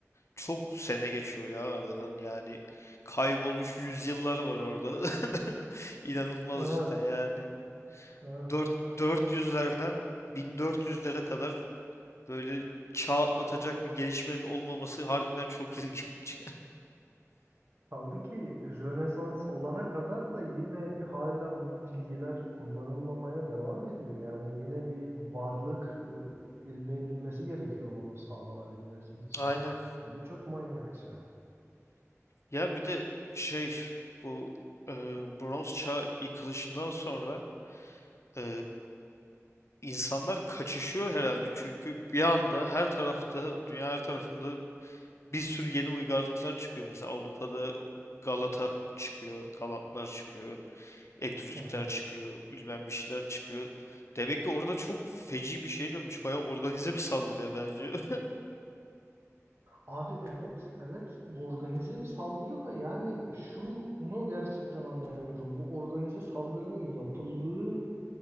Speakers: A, on the left (about 60°); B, on the right (about 50°).
A: çok sene geçiyor ya aradan. Yani kaybolmuş yüzyıllar var orada. <laughs> İnanılmaz
B: Evet,
A: cidden yani.
B: evet.
A: dört dört yüzlerden bin dört yüzlere kadar böyle çağ atlatacak bir gelişmenin olmaması harbiden çok <laughs> ilginç.
B: Kaldı ki Rönesans olana kadar da yine hala bu bilgiler kullanılmamaya devam ediyor. Yani yine bir varlık e, elde edilmesi gerekiyor bunu sağlanabilmesi için.
A: Aynen.
B: O da çok manyakça.
A: Ya bir de şey bu e, bronz çağ yıkılışından sonra e, insanlar kaçışıyor herhalde çünkü bir anda her tarafta dünya her tarafında bir sürü yeni uygarlıklar çıkıyor. Mesela Avrupa'da Galata çıkıyor, Galatlar çıkıyor, Etrüskler
B: Hı hı.
A: çıkıyor, bilmem bir şeyler çıkıyor. Demek ki orada çok feci bir şey dönmüş. Bayağı organize bir saldırıya benziyor.
B: Abi evet evet organize bir saldırı da yani şunu gerçekten anlayamıyorum. Bu organize saldırının yapıldığı